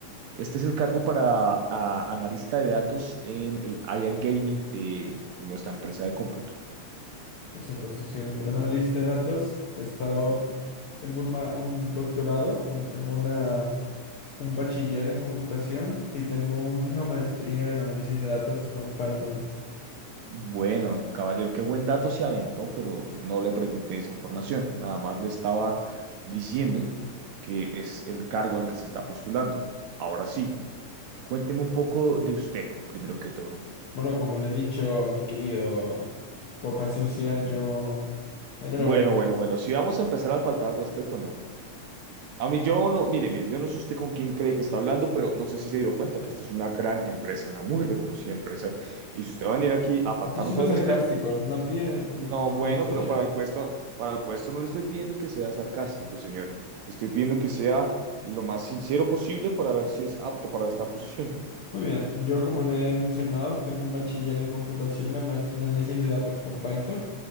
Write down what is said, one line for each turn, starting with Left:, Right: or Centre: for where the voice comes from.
Right: Este es el cargo para a- analista de datos en el área gaming de nuestra empresa de cómputo.
Left: por supuesto, soy un gran analista de datos. He estado, tengo un, ma- un doctorado, bueno, tengo una, un bachiller en computación y tengo una maestría en análisis de datos con Python.
Right: Bueno, caballero, qué buen dato se aventó, pero no le pregunté esa información. Nada más le estaba diciendo que es el cargo al que se está postulando. Ahora sí, cuénteme un poco de usted, primero que todo.
Left: Bueno, como le he dicho, mi querido Boca Sucia, yo... Era una
Right: Bueno,
Left: broma.
Right: bueno, bueno, si vamos a empezar a faltar al respeto, no. A mí yo no, mire, mire, yo no sé usted con quién cree que está hablando, pero no sé si se dio cuenta que esta es una gran empresa, una muy reconocida empresa. Y si usted va a venir aquí a faltarnos
Left: Estoy siendo
Right: al
Left: sarcástico,
Right: respeto,
Left: no tienes por
Right: no,
Left: qué tomártelo
Right: bueno,
Left: en serio.
Right: pero para el puesto, para el puesto no le estoy pidiendo que sea sarcástico, señor. Le estoy pidiendo que sea lo más sincero posible para ver si es apto para esta posición.
Left: Muy bien, yo como le he mencionado, tengo un bachiller en computación y una maestría en análisis de datos con Python.